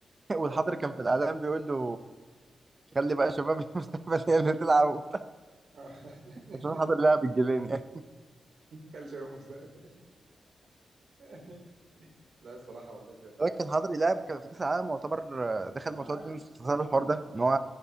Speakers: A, on the right; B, on the right.
A: <laughs> والحضري
B: <laughs> اه والله
A: كان في الاعلان بيقول له خلي بقى شباب المستقبل هي اللي تلعب وبتاع
B: آه. <laughs>
A: <laughs> عشان الحضري لعب الجيلين يعني
B: كان شباب مستقبل <laughs> لا الصراحة والله بجد
A: لكن
B: يعني
A: الحضري لعب كان في كاس العالم يعتبر آه، دخل
B: ما أنا
A: ماتشات
B: عارف
A: جيمس بسبب
B: أه
A: الحوار
B: طبعا
A: ده ان هو